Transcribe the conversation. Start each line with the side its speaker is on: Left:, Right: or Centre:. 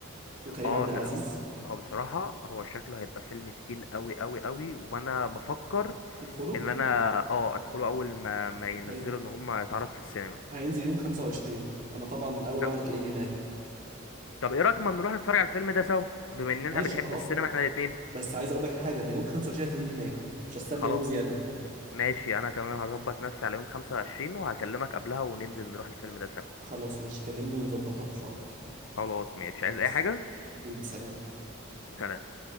Right: وكريم
Left: اه
Right: عبد
Left: ده
Right: العزيز
Left: هو بصراحة هو شكله هيبقى فيلم تقيل قوي قوي قوي وانا بفكر
Right: تدخله
Left: ان انا اه ادخله اول ما ما ينزلوا
Right: هي...
Left: ان هم يتعرض في السينما
Right: هينزل يوم 25 انا طبعا اول
Left: لا.
Right: واحد هتلاقيني هناك
Left: طب ايه رأيك ما نروح نتفرج على الفيلم ده سوا بما اننا
Right: ماشي
Left: بنحب
Right: خلاص
Left: السينما احنا الاتنين
Right: بس عايز اقول لك حاجه انا يوم 25 هتلاقيني هناك مش هستنى
Left: خلاص
Right: يوم زياده
Left: ماشي انا كمان هظبط نفسي على يوم 25 وهكلمك قبلها وننزل نروح الفيلم ده سوا
Right: خلاص ماشي كلمني ونظبطها ان شاء الله
Left: خلاص ماشي
Right: خلاص
Left: عايز اي حاجة
Right: بيبي سلام
Left: سلام